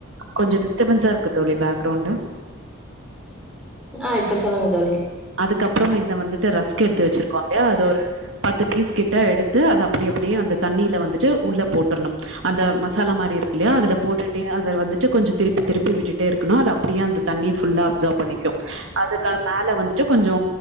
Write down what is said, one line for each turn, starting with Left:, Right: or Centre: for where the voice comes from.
Right: கொஞ்ச டிஸ்டபன்ஸ்ஸா இருக்கு தோழி பேக்ரவுண்டு
Centre: ஆ இப்ப சொல்லுங்க தோழி
Right: அதுக்கப்புறம் இத வந்துட்டு ரஸ்க் எடுத்து வச்சிருக்கோ இல்லயா அது ஒரு பத்து பீஸ் கிட்ட எடுத்து அத அப்டி அப்டியே அந்த தண்ணியில வந்துட்டு உள்ள போட்ரணு அந்த மசாலா மாதிரி இருக்குல்லையா அதுல போட்டுட்டே அத வந்துட்டு கொஞ்சோ திருப்பி திருப்பி விட்டுட்டே இருக்கணு அது அப்டியே அந்த தண்ணி ஃபுல்லா அப்சர்வ் பண்ணிக்கு அதுக்கு மேல வந்துட்டு கொஞ்சோ